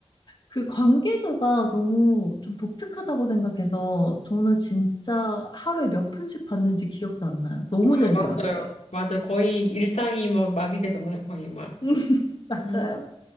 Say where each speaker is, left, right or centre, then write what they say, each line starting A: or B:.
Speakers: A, on the left (about 45°); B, on the left (about 80°).
A: 그 관계도가 너무 좀 독특하다고 생각해서 저는 진짜 하루에 몇 편씩 봤는지 기억도 안 나요. 너무
B: 아,
A: 재밌게
B: 맞아요.
A: 봤어요.
B: 맞아요. 거의 일상이 뭐 마비되잖아요. 거의 막.
A: <laughs> 맞아요.
B: 음,